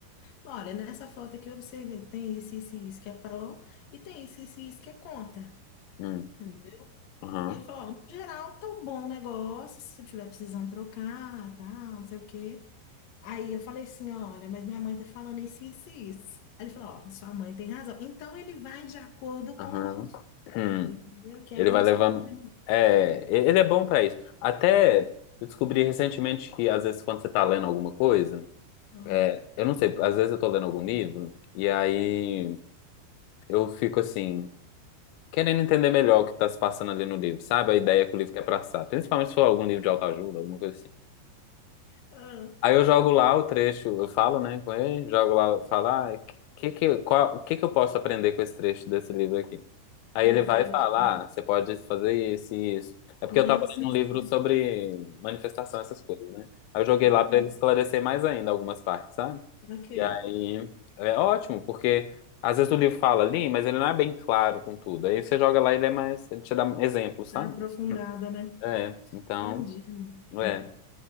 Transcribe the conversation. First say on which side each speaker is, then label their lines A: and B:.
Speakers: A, on the left; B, on the left.
A: Falou, Olha, nessa foto aqui eu observei que tem isso, isso e isso que é pró, e tem isso, isso e isso que é contra.
B: hum,
A: entendeu?
B: aham,
A: E ele falou, ó, no geral, tá um bom negócio, se você estiver precisando trocar, tal, não sei o quê. Aí eu falei assim, olha, mas minha mãe tá falando isso, isso e isso. Aí ele falou, ó, sua mãe tem razão. Então ele vai de acordo
B: aham.
A: com,
B: Hum.
A: entendeu? Que
B: Ele
A: é um
B: vai
A: dos
B: levando.
A: problemas.
B: É, e- ele é bom pra isso. Até eu descobri recentemente que, às vezes, quando você tá lendo alguma coisa,
A: Ah,
B: eu não sei, às vezes eu tô lendo algum livro, e aí eu fico assim, querendo entender melhor o que tá se passando ali no livro, sabe? A ideia que o livro quer passar. Principalmente se for algum livro de autoajuda, alguma coisa assim.
A: ah,
B: Aí eu jogo lá o trecho, eu falo, né, com ele, jogo lá, falo, ah, que que, qual, que que eu posso aprender com esse trecho desse livro aqui? Aí
A: ele
B: ele
A: vai
B: vai
A: lá,
B: falar,
A: tipo,
B: ah, você pode fazer isso e isso. É porque
A: nossa,
B: eu tava lendo
A: eu
B: um
A: sei.
B: livro sobre manifestação, essas coisas, né? Aí eu joguei
A: ah,
B: lá pra ele esclarecer mais ainda algumas partes, sabe?
A: ok.
B: E aí é ótimo, porque às vezes o livro fala ali, mas ele não é bem claro com tudo. Aí você joga lá, e ele é mais, ele te dá exemplos, sabe?
A: Tá aprofundada, né?
B: É, então,
A: Entendi, amor. É.
B: é,